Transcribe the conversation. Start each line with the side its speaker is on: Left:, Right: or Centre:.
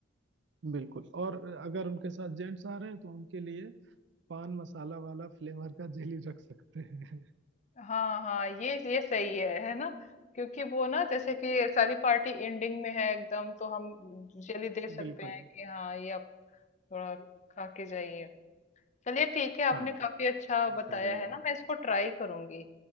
Right: बिल्कुल और अगर उनके साथ जेंट्स आ रहे हैं तो उनके लिए पान मसाला वाला फ्लेवर का जेली रख सकते हैं
Left: हाँ हाँ ये ये सही है है ना क्योंकि वो ना जैसे कि सारी पार्टी एंडिंग में है एकदम तो हम जल्दी दे
Right: <laughs>
Left: सकते
Right: बिल्कुल
Left: हैं कि हाँ ये आप थोड़ा खा के जाइए चलिए ठीक है आपने
Right: हाँ
Left: काफी अच्छा
Right: ये सही
Left: बताया
Right: रहेगा
Left: है ना मैं इसको ट्राई करूंगी